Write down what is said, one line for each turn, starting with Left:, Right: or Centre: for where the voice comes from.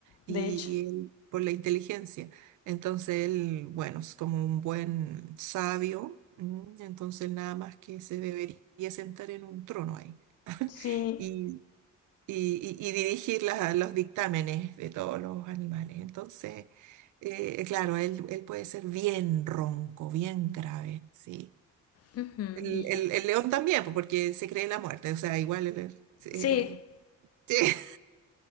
Right: Y
Left: De hecho.
Right: él, por la inteligencia. Entonces él, bueno, es como un buen sabio. mm, Entonces nada más que se debería sentar en un trono ahí.
Left: Sí.
Right: Y, y, y- y dirigir la- los dictámenes de todos los animales. Entonces, eh, claro, él, él puede ser bien ronco, bien grave. sí.
Left: Ujú,
Right: El,
Left: y-
Right: el- el león también, pues, porque se cree la muerte, o sea, igual el- el- se,
Left: sí,
Right: le- <laughs> se-